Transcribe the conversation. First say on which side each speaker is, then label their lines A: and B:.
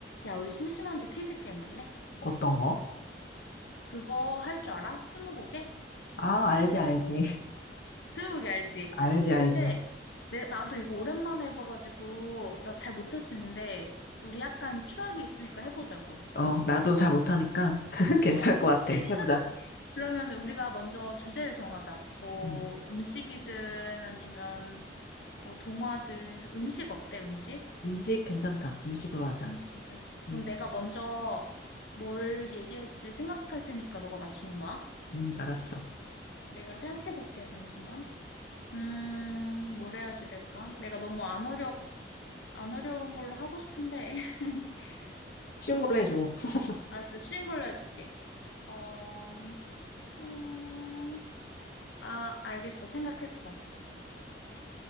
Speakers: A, on the left; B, on the left.
A: 야, 우리 심심한데 퀴즈 게임 할래?
B: 어떤 거?
A: 그거 할 줄 알아? 스무고개?
B: 아, 알지, 알지. <laughs>
A: 스무고개 알지?
B: 알지,
A: 근데
B: 알지.
A: 내, 나도 이거 오랜만에 해봐가지고 나 잘 못할 수 있는데 우리 약간 추억이 있으니까 해보자고.
B: 어, 나도 잘 못하니까 <laughs> 괜찮을
A: 어.
B: 것 같아.
A: <laughs>
B: 해보자.
A: 그러면 우리가 먼저 주제를 정하자. 뭐
B: 음,
A: 음식이든 아니면 뭐 동화든 음식 어때? 음식?
B: 음식 괜찮다. 음식으로 하자.
A: 음식 괜찮지? 그럼
B: 음,
A: 내가 먼저 뭘 얘기할지 생각할 테니까 너가 맞추는 거야?
B: 음, 알았어.
A: 내가 생각해볼게, 잠시만. 음, 뭘 해야지 될까? 내가 너무 안 어려, 안 어려운 걸로 하고 싶은데. <laughs>
B: 쉬운
A: 음,
B: 걸로 해줘. <laughs>
A: 알았어. 쉬운 걸로 해줄게. 어, 음, 아, 알겠어. 생각했어.